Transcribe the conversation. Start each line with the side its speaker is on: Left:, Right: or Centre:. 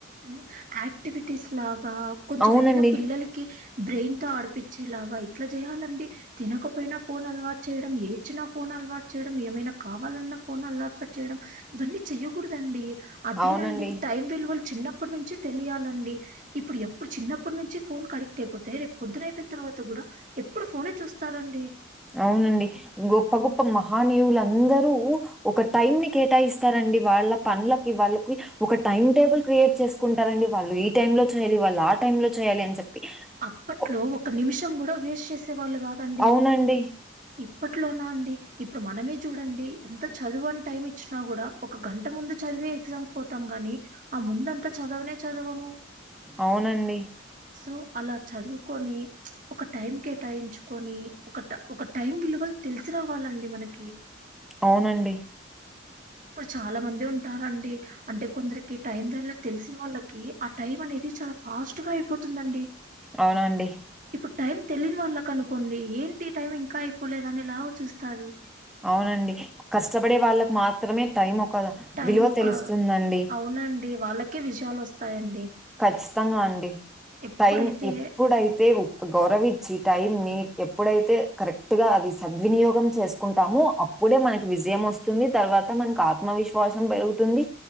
Right: ఉమ్ యాక్టివిటీస్ లాగా కొంచెం
Centre: అవునండి.
Right: ఏమైనా పిల్లలక్ కి బ్రెయిన్ తో ఆడిపిచ్చేలాగా ఇట్ల జేయాలండి తినకపోయినా ఫోన్ అలవాటు చేయడం, ఏడ్చినా ఫోన్ అలవాటు చేయడం, ఏమైనా కావాలన్నా ఫోన్ అలవాట్ల చేయడం ఇవన్నీ చెయ్యకూడదండి అదేనండి
Centre: అవునండి.
Right: టైం విలువలు చిన్నప్పటి నుంచి తెలియాలండి ఇప్పుడు ఎప్పుడు చిన్నప్పటి నుంచి ఫోన్ కడిక్ట్ అయిపోతే రేపు పొద్దున అయిపోన్ తర్వాత గూడా ఎప్పుడు ఫోనే చూస్తారండి
Centre: అవునండి గొప్ప గొప్ప మహానీయులందరూ ఒక టైమ్ ని కేటాయిస్తారండి వాళ్ళ పనులకి వాళ్ళకి ఒక టైమ్ టేబుల్ క్రియేట్ చేసుకుంటారండి వాళ్ళు ఈ టైం లో చేయాలి వాళ్ళు ఆ టైం లో చేయాలి అని చెప్పి
Right: అప్పట్లో
Centre: కొ
Right: ఒక నిమిషం కూడా వేస్ట్ చేసేవాళ్ళు కాదండి
Centre: అవునండి.
Right: ఇప్పట్లోనా అండి ఇప్పుడు మనమే చూడండి ఎంత చదువు అని టైం ఇచ్చినా కూడా ఒక గంట ముందు చదివే ఎగ్జామ్ పోతాం గాని ఆ ముందంతా చదవనే చదవము
Centre: అవునండి
Right: సో అలా చదువుకొని ఒక టైం కేటాయించుకొని ఒక ఒక టైం విలువ తెలిసి రావాలండి మనకి
Centre: అవునండి
Right: ఇప్పుడు చాలా మంది ఉంటారండి అంటే కొందరికి టైం వాల్యూ తెలిసిన వాళ్ళకి ఆ టైం అనేది చాలా ఫాస్ట్ గా అయిపోతుందండి
Centre: అవునండి
Right: ఇప్పుడు టైం తెలియని వాళ్ళకి అనుకోండి ఏంటి టైం ఇంకా అయిపోలేదు అని లాగా చూస్తారు
Centre: అవునండి కష్టపడే వాళ్ళకి మాత్రమే టైం ఒక
Right: టైం
Centre: విలువ
Right: ఒక
Centre: తెలుస్తుందండి.
Right: అవునండి వాళ్ళకే విజయాలు వస్తాయండి
Centre: ఖచ్చితంగా అండి
Right: ఎప్పుడైతే
Centre: టైం ఎప్పుడైతే గౌరవం ఇచ్చి టైమ్ ని ఎప్పుడైతే కరెక్ట్ గా అవి సద్వినియోగం చేసుకుంటామో అప్ అప్పుడే మనకి విజయం వస్తుంది తర్వాత మనకు ఆత్మవిశ్వాసం పెరుగుతుంది